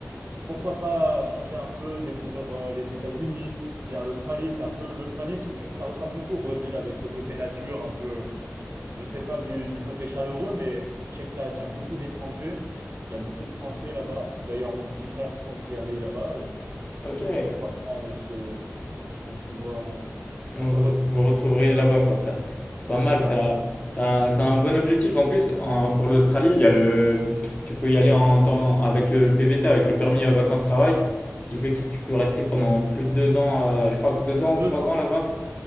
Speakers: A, on the right; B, on the left.
A: pourquoi pas changer un peu, découvrir euh, les États-Unis, bien l'Australie. C'est un peu l'Australie, c'est- je- ça ressemble beaucoup au Brésil avec ce côté nature un peu. Je sais pas du, du côté chaleureux, mais je sais que ça attire beaucoup d'étrangers. Il y a beaucoup de Français là-bas. D'ailleurs, mon petit frère compte y aller là-bas. Euh,
B: ok.
A: Pourquoi pas, on se, on s'y voit, on,
B: On-
A: on se
B: Vous
A: retrouve.
B: vous retrouverez
A: Ah
B: là-bas,
A: ouais.
B: quoi. Ça, c'est pas mal,
A: C'est ça.
B: ça, ça, c'est un bon objectif. En plus, en- pour l'Australie, il y a le, tu peux y aller en temps avec le PVT, avec le permis euh, vacances-travail, ce qui fait que tu peux rester pendant plus de deux ans, euh, je crois que deux ans ou
A: Deux
B: trois
A: ans,
B: ans là-bas.